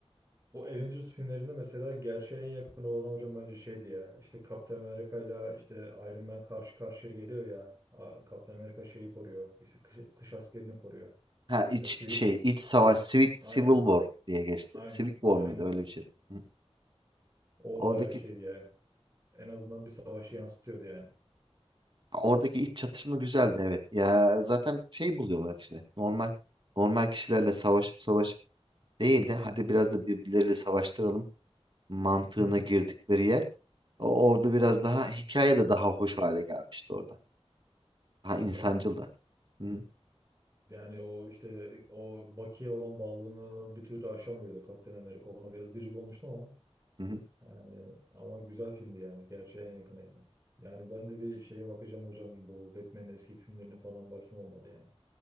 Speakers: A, on the right; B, on the right.
A: Bu Avengers filmlerinde mesela gerçeğe en yakın olan hocam bence şeydi ya. İşte Kaptan Amerika ile işte Iron Man karşı karşıya geliyor ya. A- Kaptan Amerika şeyi koruyor. İşte kış, kış askerini koruyor.
B: Ha iç
A: E, sivil,
B: şey
A: s-
B: iç savaş Civic Civil
A: aynen,
B: War diye geçti.
A: aynen,
B: Civic War
A: aynen.
B: mıydı öyle bir şeydi. Hı.
A: O
B: Oradaki
A: bayağı şeydi ya. En azından bir savaşı yansıtıyordu yani.
B: oradaki iç çatışma güzeldi evet. Ya zaten şey buluyorlar işte. Normal normal kişilerle savaşıp savaşıp değil de hadi biraz da birbirleriyle savaştıralım. mantığına
A: <laughs>
B: girdikleri yer. O, orada biraz daha hikaye de daha hoş hale gelmişti orada. Daha insancıl
A: Evet.
B: da. Hı hı.
A: Yani o işte o Bucky'ye olan bağlılığını bir türlü aşamıyordu Kaptan Amerika. Ona biraz gıcık olmuştum ama.
B: hı
A: Yani, ama güzel filmdi yani. Gerçeğe en yakınıydı. Yani ben de bir şeye bakacağım hocam. Bu Batman'in eski filmlerine falan bakayım olmadı yani.